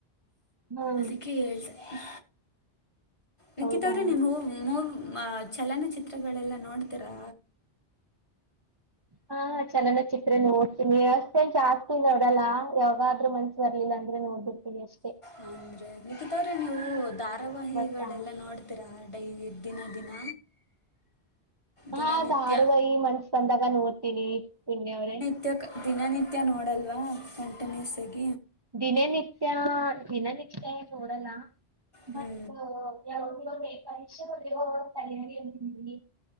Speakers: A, on the right; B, on the left.
A: ಹ್ಮ್
B: ಅದಕ್ಕೆ ಹೇಳ್ದೆ ಹ ನಿಖಿತ್
A: ಹೌದಾ
B: ಅವ್ರೇ ನೀವು ಮೂ ಚಲನಚಿತ್ರಗಳೆಲ್ಲ ನೋಡ್ತೀರಾ
A: ಹಾ ಚೆಲನ್ನ ಚಿತ್ರ ನೋಡ್ತೀನಿ ವಸ್ ಜಾಸ್ತಿ ನೋಡಲ್ಲ ಯಾವಾಗಾದ್ರರು ಮಂ ಬರ್ಲಿಲ್ಲ ಅಂದ್ರೆ ನೋಡ್ಬಿಡ್ತೀ ಅಷ್ಟೇ
B: ಅಂದ್ರೆ ನಿಕ್ಕಿತವ್ರೆ ನೀವು ಧಾರಾವಾಹಿಗಳೆಲ್ಲ
A: ಗೊತ್ತಾ
B: ನೋಡ ಉತ್ತರ ಡೈಲಿ ದಿನ ದಿನ ದಿನನಿತ್ಯ
A: ಹಾ ದಾರಾವಹಿ ಮನ್ಸ್ ಬಂದಾಗ ನೋಡ್ತೀನಿ ಪುಂಡ್ಯವ್ರೇ
B: ನಿತ್ಯಕ್ಕೆ ದಿನನಿತ್ಯ ನೋಡಲ್ವ ಕಂಟಿನ್ಯೂಸಗ
A: ದಿನನಿತ್ಯ ದಿನನಿತ್ಯ ನೋಡಲ್ಲ
B: ಹ್ಞೂ
A: ಬಟ್ ಯಾವ ಪರೀಕ್ಷೆ ತಯಾರಿಲ್ಲಿಲ್ಲಿ